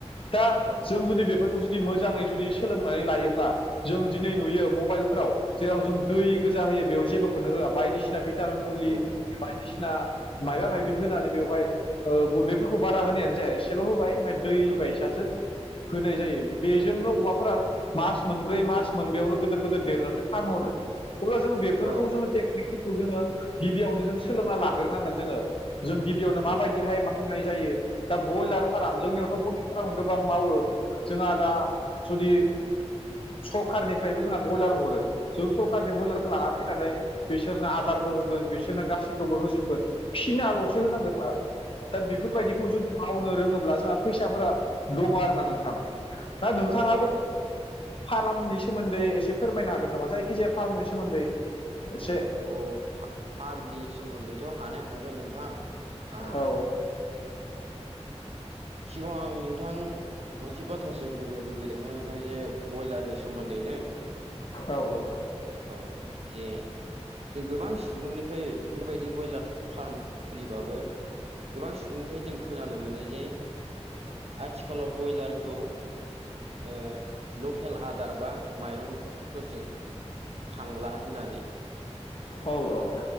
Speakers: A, on the left; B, on the right.
A: दा
B: औ
A: जों जुदि बेफोरखौ जुदि मोजाङै जुदि सोलोंनानै लायोब्ला जों दिनै नुयो मबाइलफोराव जेराव जों दै गोजा होयो बेयाव जेबोखौनो होआ बायदिसिना बि <unintelligible> मुलि
B: औ
A: बायदिसिना मायबा माबि होनानै बेवहाय गुन्दैफोरखौ बारा होनायानो जाया एसेल' होबाय ओमफ्राय दै
B: औ
A: बायसासो होनाय जायो बेजोंनो अमाफोरा मास मोनब्रै मास मोनबायावनो गिदिर गिदिर देरनानै फानहरो अब्ला जोङो बेफोरखौ
B: औ
A: जोङो टेकनिकफोरखौ जोङो गिबियावनो जों सोलोंना लाग्रोनांगोन जोङो जों गिबियावनो माबायदिहाय
B: औ
A: मावनाय जायो दा बयलार फार्म जोंनियावथ' बय फोराव गोबां मावो जोंहा दा जुदि सरखारनिफ्रायबो जोंना बयलार हरो जों सरखारनि बलेर'खौ लाना फैनानै बिसोरनो आदारबो होगोन बिसोरनो गासैखौबो होजोबगोन। फिनाल'सो होनांगौ दा दा बेफोरबायदिखौ
B: औ
A: जुदि मावनो रोङोब्ला जोंहा फैसाफोरा दं आरोना नोंथां दा नोंथाङाबो
B: औ
A: फारामनि सोमोन्दै एसे फोरमायनो हागोन नामा जायखिजाया फार्मनि सोमोन्दै एसे।
B: अ फा फार्मनि सोमोन्दैथ' हानाया हागोन नोंथां ओ
A: औ
B: सिगाङाव आं नोंथां मोनसे बाथ्रासो बुंनो लुुबैदोंमोन। थां जे बयलारनि सोमोन्दैनो।
A: औ औ।
B: औ जे जों गोबां सुबुंनिफ्राय बेफोरबायदि बयलार फार्म खुलिबाबो गोबां सुबुंनिफ्राय जों खोनानो मोनो जे
A: अ
B: आथिखालाव बयलारखौ ओ लकेल आदार बा माइरं फोरजों खांला होननानै।
A: औ औ।